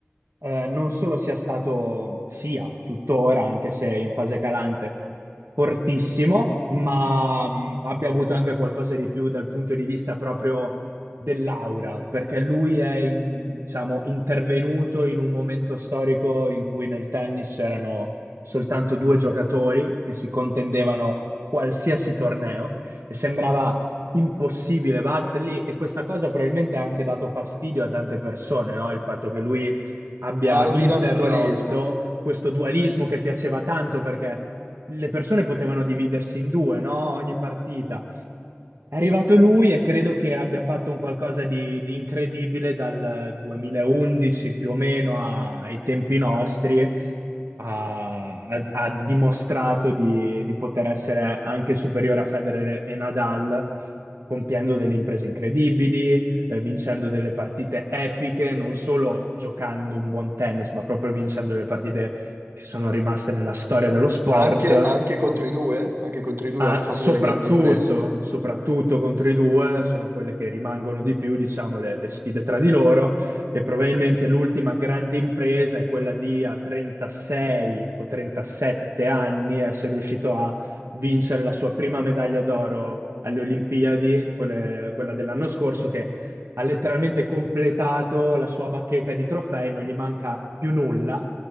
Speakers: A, on the right (about 85°); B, on the right (about 60°).
A: eh, non solo sia stato, sia tuttora, anche se in fase calante, fortissimo, ma mh, abbia avuto anche qualcosa di più dal punto di vista proprio dell'aura, perché lui è, in- diciamo, intervenuto in un momento storico in cui nel tennis c'erano soltanto due giocatori che si contendevano qualsiasi torneo e sembrava impossibile batterli e questa cosa probabilmente ha anche dato fastidio a tante persone, no? Il fatto che lui abbia
B: ha rovinato
A: interrotto
B: il dualismo.
A: questo dualismo che piaceva tanto perché le persone potevano dividersi in due, no? Ogni partita è arrivato lui e credo che abbia fatto un qualcosa di, di incredibile dal 2011 più o meno a- ai tempi nostri. Ha, ha- ha dimostrato di, di poter essere anche superiore a Federer e Nadal, compiendo delle imprese incredibili, eh, vincendo delle partite epiche, non solo giocando un buon tennis, ma proprio vincendo le partite che sono rimaste nella storia dello sport.
B: Anche, anche contro i due, anche contro i due
A: Ah,
B: ha fatto
A: soprattutto,
B: delle grandi imprese.
A: soprattutto contro i due, sono quelle che rimangono di più, diciamo, le, le sfide tra di loro e probabilmente l'ultima grande impresa è quella di a 36 o 37 anni essere riuscito a vincere la sua prima medaglia d'oro alle Olimpiadi, quelle- quella dell'anno scorso, che ha letteralmente completato la sua bacheca di trofei, non gli manca più nulla